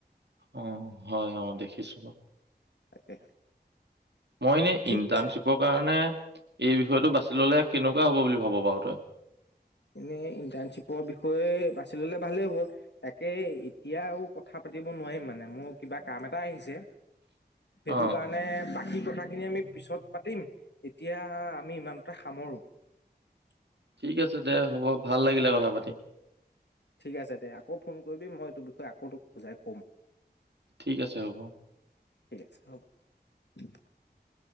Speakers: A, on the right (about 80°); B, on the left (about 85°).
A: অ হয় অ দেখিছো বাৰু
B: তাকে
A: মই এনে
B: ঠিক
A: ইণ্টাৰ্ণশ্বিপৰ
B: আছে
A: কাৰণে এই বিষয়টো বাছি ললে কেনেকোৱা হ'ব বুলি ভাব বাৰু তই
B: এনেই ইণ্টাৰ্ণশ্বিপৰ বিষয়ে বাছি ল'লে ভালেই হ'ব তাকে এতিয়া আৰু কথা পাতিব নোৱাৰিম মানে মোৰ কিবা কাম এটা আহিছে সেইটো
A: অ
B: কাৰণে । এ কথাখিনি আমি পিছত পাতিম তেতিয়া আমি ইমানতে সামৰোঁ ।
A: ঠিক আছে দে হ'ব ভাল লাগিলে কথা পাতি ।
B: ঠিক আছে দে আকৌ ফোন কৰিবি মই টোৰ বিষয়ে আকৌ তোক বুজাই কম ।
A: ঠিক আছে হ'ব ।
B: ঠিক আছে হ'ব। <inaudible>